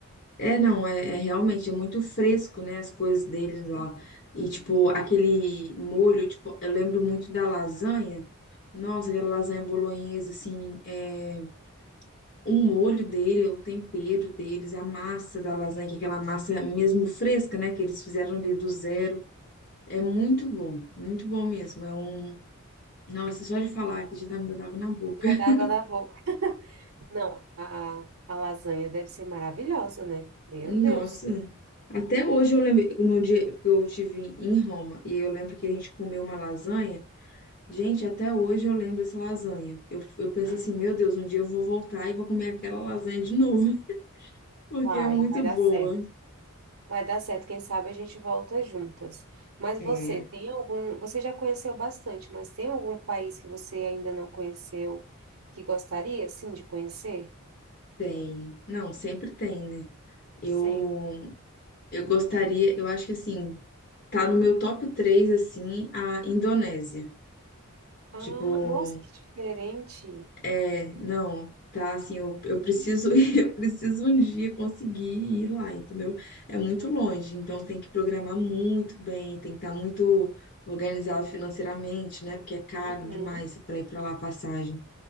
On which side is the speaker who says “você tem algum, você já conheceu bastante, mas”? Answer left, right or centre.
Right